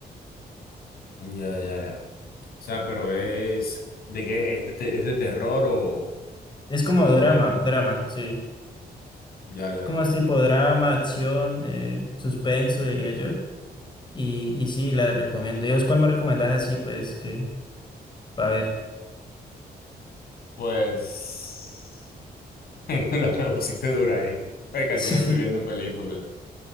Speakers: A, on the left; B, on the left.
A: Ya, ya, ya. O sea, pero es de qué es de, te- es de terror o,
B: Es como
A: o
B: drama,
A: algo de-
B: drama, sí.
A: ya, ya,
B: Es como
A: ya.
B: es tipo drama, acción, eh, suspenso, diría yo. Y, y sí, la recomiendo. ¿Y vos cuál me recomendás así? Pues que, a ver. <laughs>
A: Pues <laughs> me la, me la pusiste dura ahí. Oye, casi
B: Sí.
A: no estoy viendo películas.